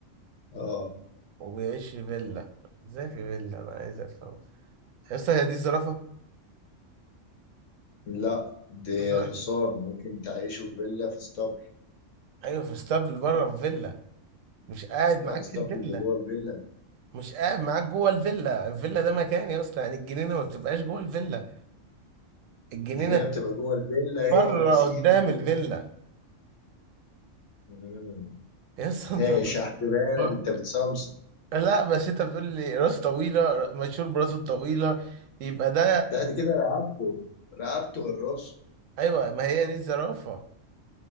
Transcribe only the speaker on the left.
اه
لا دي
حصان ممكن تعيشه في فيلا في اسطبل
لا
الاسطبل
بيبقى جوه الفيلا
الجنينة
بتبقى جوه الفيلا
هي والبسين
وكل
ده مم.
ماشي هحسبها لك
انت بتصمصم
لا دي كده رقبته رقبته غير راسه